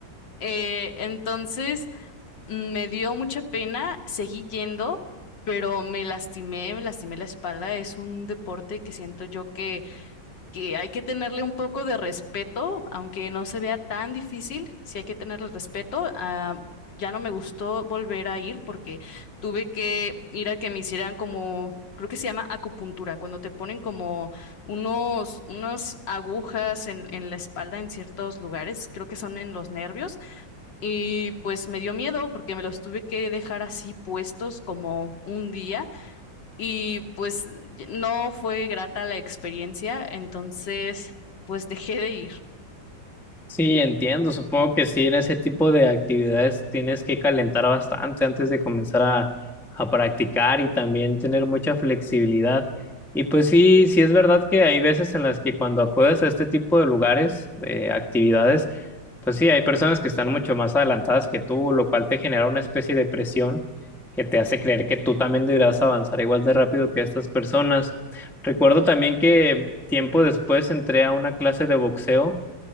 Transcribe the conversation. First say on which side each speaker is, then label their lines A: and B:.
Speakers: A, on the left; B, in the centre.
A: Eh, entonces mm, me dio mucha pena, seguí yendo, pero me lastimé, me lastimé la espalda. Es un deporte que siento yo que que hay que tenerle un poco de respeto, aunque no se vea tan difícil, sí hay que tenerle respeto. Ah, ya no me gustó volver a ir porque tuve que ir a que me hicieran como, creo que se llama acupuntura, cuando te ponen como unos, unas agujas en, en la espalda en ciertos lugares, creo que son en los nervios, y pues me dio miedo porque me los tuve que dejar así puestos como un día. Y pues no fue grata la experiencia, entonces pues dejé de ir.
B: Sí, entiendo. Supongo que sí, en ese tipo de actividades tienes que calentar bastante antes de comenzar a, a practicar y también tener mucha flexibilidad. Y pues sí, sí es verdad que hay veces en las que cuando acudes a este tipo de lugares, de actividades, pues sí, hay personas que están mucho más adelantadas que tú, lo cual te genera una especie de presión que te hace creer que tú también deberás avanzar igual de rápido que estas personas. Recuerdo también que tiempo después entré a una clase de boxeo